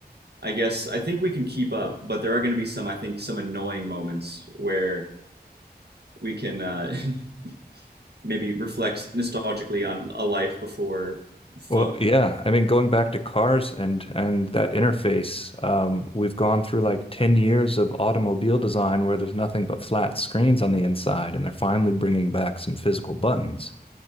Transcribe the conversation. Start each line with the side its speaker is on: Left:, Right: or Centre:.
Right: I guess I think we can keep up, but there are going to be some, I think, some annoying moments where we can uh, <laughs> maybe reflect nostalgically on a life before phone.
Left: Well, yeah, I mean, going back to cars and and that interface, um, we've gone through like 10 years of automobile design where there's nothing but flat screens on the inside, and they're finally bringing back some physical buttons.